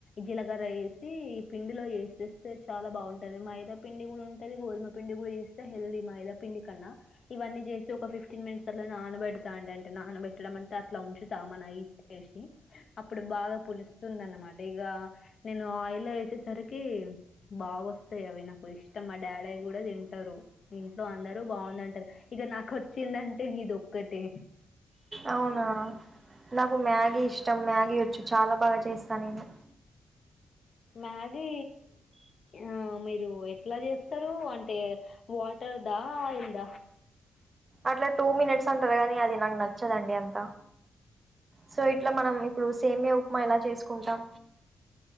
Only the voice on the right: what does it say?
అవునా నాకు మ్యాగీ ఇష్టం మ్యాగీ వచ్చు చాలా బాగా చేస్తా నేను
అట్లా టూ మినిట్స్ అంటారు కానీ అది నాకు నచ్చదండి అంతా సో ఇట్లా మనం ఇప్పుడు సేమియ ఉప్మా ఎలా చేసుకుంటాం